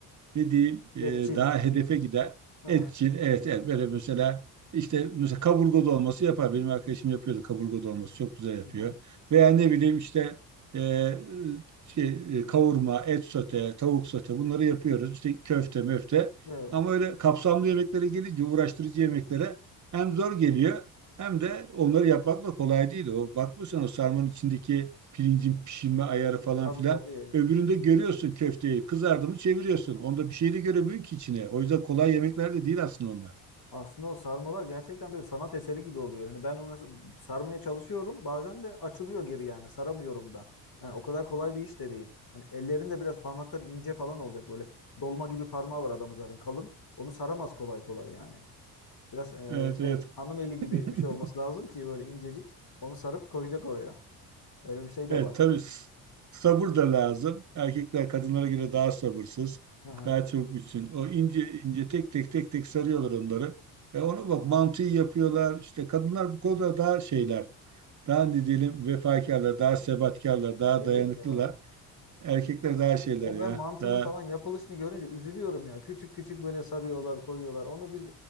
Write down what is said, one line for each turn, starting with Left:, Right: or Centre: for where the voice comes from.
Right: ne diyeyim e,
Left: Etçil.
Right: daha hedefe giden
Left: <laughs>
Right: etçil
Left: Hı
Right: evet evet böyle mesela işte mesela kaburga dolması yapar. Benim arkadaşım yapıyordu kaburga dolması çok güzel yapıyor.
Left: hı.
Right: Veya ne bileyim işte e, şey, e, kavurma, et sote, tavuk sote bunları yapıyoruz. İşte köfte, möfte.
Left: Evet.
Right: Ama öyle kapsamlı yemeklere gelince uğraştırıcı yemeklere hem zor geliyor hem de onları yapmak da kolay değil. O bakmışsın o sarmanın içindeki pirincin pişirme ayarı falan
Left: Tabii
Right: filan
Left: tabii.
Right: Öbüründe görüyorsun köfteyi. Kızardı mı çeviriyorsun. Onda bir şey de göremiyor ki içine. O yüzden kolay yemekler de değil aslında onlar.
Left: Aslında o sarmalar gerçekten bir sanat eseri gibi oluyor. Hani ben ona sarmaya çalışıyorum. Bazen de açılıyor geri yani. Saramıyorum da. Yani o kadar kolay bir iş de değil. Hani ellerinde biraz parmakları ince falan olacak böyle. Dolma gibi parmağı var adamın zaten kalın. Onu saramaz kolay kolay yani. Biraz eee,
Right: Evet,
Left: şey
Right: evet. <laughs>
Left: hanım eli gibi bir şey olması lazım ki böyle incecik. Onu sarıp koyacak oraya. Öyle bir şey de
Right: Evet,
Left: var.
Right: tabii s- sabır da lazım. Erkekler kadınlara göre daha sabırsız.
Left: Aha.
Right: Daha çabuk bitsin. O ince ince tek tek tek tek sarıyorlar onları. E ona bak mantıyı yapıyorlar. İşte kadınlar bu konuda daha şeyler. Daha ne diyelim vefakarlar, daha sebatkarlar, daha
Left: Evet
Right: dayanıklılar.
Left: ya.
Right: Erkekler daha şeyler
Left: O
Right: ya.
Left: ben mantının
Right: Daha
Left: falan yapılışını görünce üzülüyorum ya. Küçük küçük böyle sarıyorlar, koyuyorlar. Onu biz